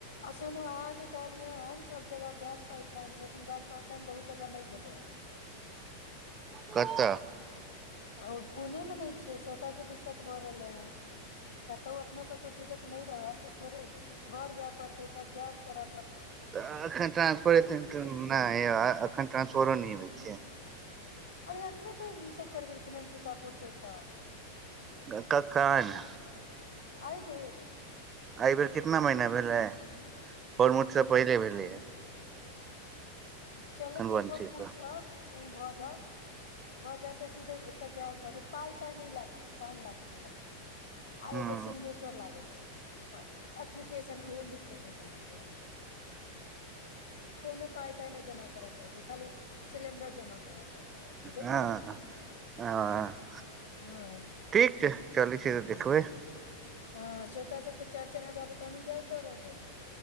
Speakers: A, on the left (about 70°); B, on the right (about 25°).
A: आ सुनु अहाँ जे कहलियै हन सब जगह गैस पाइप लइन छै एखन गैस पाप लइन बहुत जगह नहि भेज
B: कत
A: ओ पुणेमे नहि छै स्वताके दिक्कत भऽ रहलै हे कतहु अपनो सभके भजत नहि रहत तऽ फेर घर जाय पड़तै तब गैस करय
B: एखन ट्रांसफर नहि एखन ट्रांसफरो नहि होइ छै
A: अरे एखने तऽ ईसभ करबेलखिन हेँ सीतापुरसँ एतऽ
B: क क क ने
A: अइ भीर
B: एहि बेेर कितना महीना भेलै फर मुठसँ पहिले भेल ल
A: चलह कि
B: वंशीसँ
A: एकबर पूछब कहीँ भऽ जाब भऽ जाते सीधे एते गैस दऽ दे पाय तााय नहि लागे छै साइन लाग तै खाली आ
B: हँ
A: एगो सिग्नेचर लागे छै एप्लीकेशन उहे लिख के देत अहाँके कोनो पााय ताइ नहि जमा करय पड़ै छै खाली सिलेंडर जमा करय पड़त बुझलियै
B: हँ ह
A: हँ
B: ठीक छै चल छै तऽ देखबै
A: हँ श्वेता सबके चारि चार हजार रुपआ मे गैस दऽ रहले है